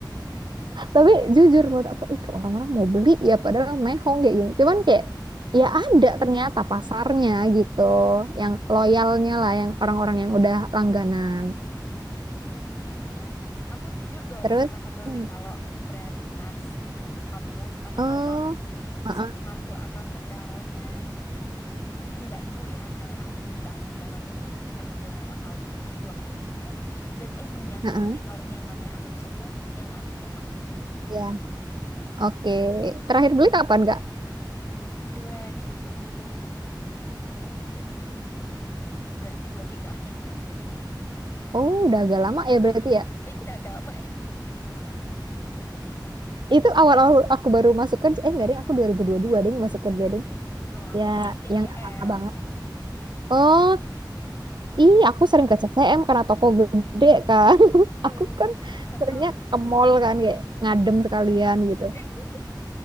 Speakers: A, on the right; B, on the left.
A: tapi jujur menurut aku itu orang-orang mau beli ya padahal mehong kayak gini cuman kayak ya ada ternyata pasarnya gitu yang loyalnya lah yang orang-orang yang udah langganan
B: Oh, aku jujur belum
A: terus
B: pernah beli
A: hmm,
B: kalau brand tas kamu. Tapi
A: oh
B: kalau
A: heeh,
B: sepatu atau sendalnya nggak dulu ya, kayak belakang-belakang ini aku pernah beberapa kali beli, dua kali beli lah. Dan emang nyaman
A: heeh,
B: sih. Kalau nyamannya aku bisa bilang nyaman, enak di kaki.
A: ya oke terakhir beli kapan kak
B: dua ribu kan kemarin dua dua dua puluh lima, dua ribu ribu ribu puluh lima dua puluh tiga akhir berarti.
A: oh udah agak lama ya berarti ya
B: Oh, itu udah agak lama ya?
A: itu awal-awal aku baru masuk kerja eh enggak deh aku dua ribu dua ribu dua deh masuk kerja deh
B: No, aku
A: ya
B: beli di CCM.
A: yang nggak lama banget oh Ih, aku sering ke CCM karena toko gede kan. <laughs>
B: Mm,
A: Aku kan
B: di sana
A: seringnya
B: ramai.
A: ke mall kan kayak ngadem sekalian gitu.
B: <laughs>